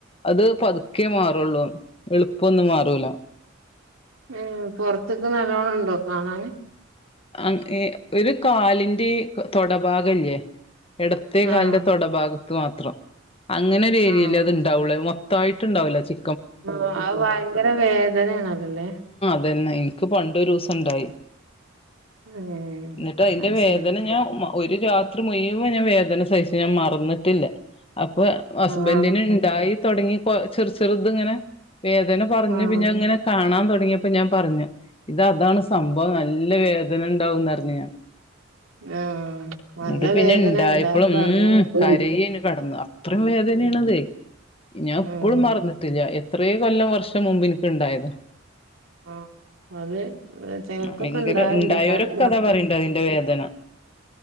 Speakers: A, on the left (about 30°); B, on the right (about 80°).
A: അത് പതുക്കേ മാറുള്ളൂ എളുപ്പൊന്നും മാറൂല
B: ഉം പൊറത്ത്ക്ക് നല്ലോണം ഉണ്ടോ കാണാന്
A: അഹ് ഒരു കാലിന്റെ തൊടഭാഗം ഇല്ലേ ഇടത്തേ കാലിന്റെ
B: ആഹ്
A: തൊടഭാഗം ക്ക് മാത്രം അങ്ങനെ ഒരു ഏരിയയിൽ
B: ആഹ്
A: അത് ഉണ്ടാവൂള്ള മൊ ത്തായിട്ടുണ്ടാവുല്ല ചി
B: ആഹ് അത് ഭയങ്കര വേദനയാണല്ലോല്ലേ
A: അതെന്നെ ഇൻക്ക് പണ്ടൊരുസം ഉണ്ടായി
B: ഉം
A: എന്നിട്ട് അതിന്റെ
B: അത്
A: വേദന
B: ശരി
A: ഞാൻ ഒരു രാത്രി മുയ്‌വൻ ഞാൻ വേദന സഹിച്ചു ഞാൻ മറന്നിട്ടില്ല അപ്പൊ ഹസ്ബൻറിന്
B: ആഹ്
A: ഇണ്ടായി തൊടങ്ങി ഇപ്പോ ചെറു ചെറുത്ങ്ങനെ വേദന പറഞ്ഞു
B: ആഹ്
A: പിന്നെ അങ്ങനെ കാണാൻ തൊട തുടങ്ങിയപ്പോ ഞാൻ പറഞ്ഞു ഇത് അതാണ് സംഭവം നല്ല വേദ വേദന ഉണ്ടാവുന്നർഞ്ഞു ഞാൻ
B: ആഹ് നല്ല
A: എന്നിട്ട് പിന്നെ
B: വേദനയാണ്
A: ഇണ്ടായപ്പളും
B: എല്ലാരും പറഞ്ഞേക്ക
A: ഉം കരയന് കടന്ന് അത്രയും വേദനയാണതെ ഞാൻ ഇപ്പഴും
B: ഉം
A: മറന്നിട്ടില്ല എത്ര കൊല്ലം വർഷം ക്കെ മുമ്പ് ഇൻക്ക്ണ്ടായത
B: ആഹ് അതെ ചിലർക്കൊക്കെ
A: ഭയങ്കര
B: ഇണ്ടായണ്ട്
A: ഉണ്ടായവരൊക്കെ
B: കാരണ
A: അതാ പറയണ്ട് അതിന്റെ വേദന